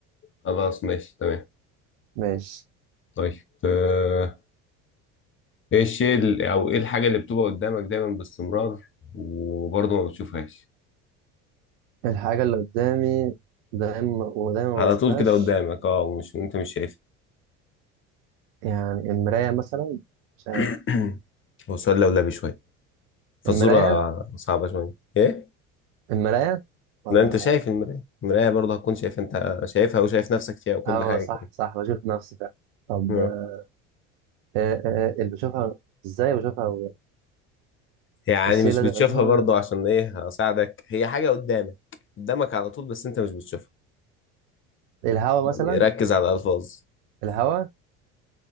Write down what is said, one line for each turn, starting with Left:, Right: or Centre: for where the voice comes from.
Left: خلاص ماشي تمام
Right: ماشي
Left: طيب آه، ايه الشيء ال- او ايه الحاجة اللي بتبقى قدامك دايما باستمرار وبرضه ما بتشوفهاش
Right: الحاجه اللي قدامي دايما ودايما ما
Left: على
Right: بشوفهاش
Left: طول كده قدامك اه مش انت مش شايفها
Right: يعني المراية مثلا مش عارف
Left: <clears throat> هو سؤال لولبي شوية فالصورة
Right: المراية
Left: صعبة شوية ايه؟
Right: المراية ولا
Left: ما انت شايف المراية المراية برضه هتكون شايف انت شايفها وشايف نفسك فيها وكل
Right: اه
Left: حاجة
Right: صح
Left: كمان
Right: صح بشوف نفسي فعلا طب
Left: آه.
Right: آه آه اللي بشوفها ازاي بشوفها هو
Left: يعني
Right: الشيلة
Left: مش بتشوفها
Right: ده آه
Left: برضه عشان ايه هساعدك هي حاجة قدامك قدامك على طول بس انت مش بتشوفها
Right: الهوا
Left: يعني
Right: مثلا
Left: ركز على الألفاظ
Right: الهوا